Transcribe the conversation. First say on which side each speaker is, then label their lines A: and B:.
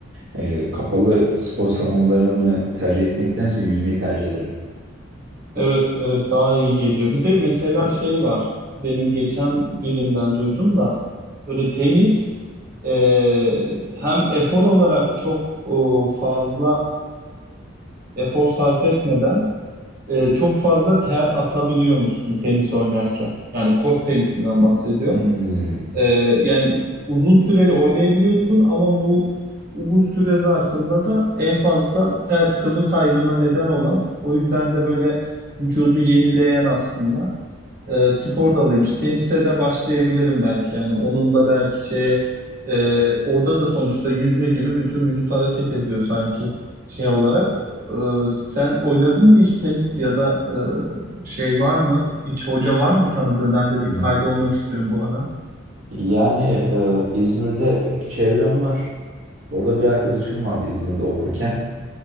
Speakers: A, on the right (about 75°); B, on the right (about 45°).
A: E, kapalı spor salonlarını tercih etmektense yüzmeyi tercih ederim.
B: Evet, evet daha iyi geliyor. Bir de mesela şey var. Benim geçen birinden duydum da böyle tenis e, hem efor olarak çok e, fazla e, efor sarf etmeden e, çok fazla ter atabiliyor musun tenis oynarken? Yani kort tenisinden bahsediyorum.
A: Hmm.
B: Ee, yani uzun süreli oynayabiliyorsun ama bu bu süre zarfında da en fazla ter sıvı kaybına neden olan o yüzden de böyle vücudu yenileyen aslında e, spor dalıymış. Tenise de başlayabilirim belki yani onun da belki şeye e, orada da sonuçta yüzme gibi bütün vücut hareket ediyor sanki şey olarak. E, sen oynadın mı hiç tenis ya da e, şey var mı? Hiç hoca var mı tanıdığın? Ben de bir
A: Hmm.
B: kaydolmak istiyorum bu ara.
A: Yani e, İzmir'de çevrem var. Orada bir arkadaşım vardı İzmir'de okurken.